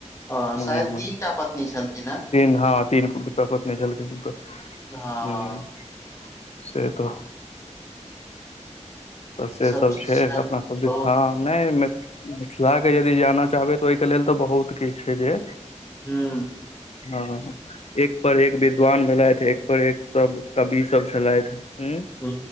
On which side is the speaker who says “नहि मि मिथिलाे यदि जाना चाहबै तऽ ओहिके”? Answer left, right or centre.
Left